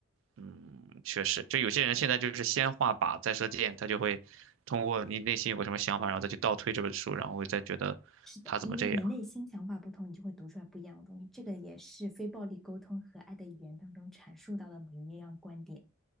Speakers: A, on the right (about 65°); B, in the centre.
A: 嗯，确实，就有些人现在就是先画靶再射箭，他就会通过你内心有个什么想法，然后再去倒推这本书，然后再觉得他怎么这样。
B: 是的，因为你内心想法不同，你就会读出来不一样的东西。这个也是非暴力沟通和爱的语言当中阐述到的某一样观点。